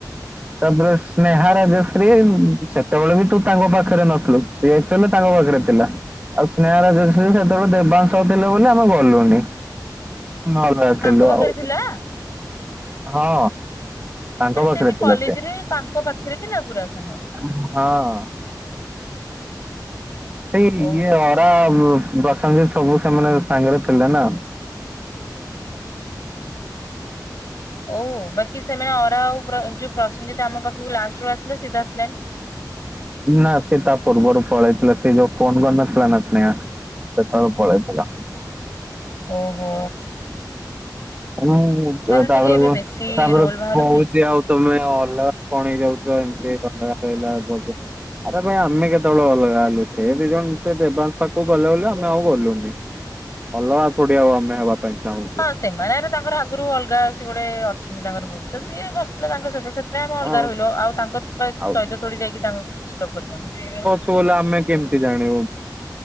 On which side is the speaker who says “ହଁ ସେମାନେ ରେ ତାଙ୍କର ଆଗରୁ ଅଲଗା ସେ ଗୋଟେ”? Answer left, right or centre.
Left